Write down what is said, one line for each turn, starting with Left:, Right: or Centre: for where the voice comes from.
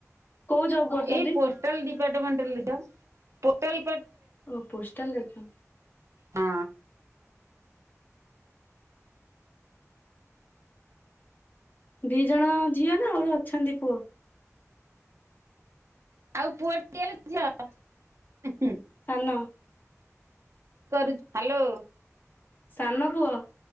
Left: କୋଉ ଜବ୍ କରୁଛନ୍ତି?
Right: ଏଇ ପୋ ହୋଟେଲ ଡିପାଟମେଣ୍ଟ ରେ ପୋର୍ଟାଲ
Left: ଓ ପୋଷ୍ଟଲ ରେ ଅଛନ୍ତି।
Right: ହଁ
Left: ଦି ଜଣ ଝିଅ ନା ଆହୁରି ଅଛନ୍ତି ପୁଅ?
Right: ଆଉ ପୁଅ ଟିଏ ଲୋ ଝିଅ।
Left: ସାନ।
Right: କରୁଛି ହାଲୋ।
Left: ସାନ ପୁଅ।